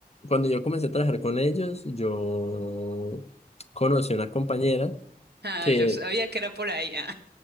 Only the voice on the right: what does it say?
Ah,
yo sabía que era por ahí. Ah,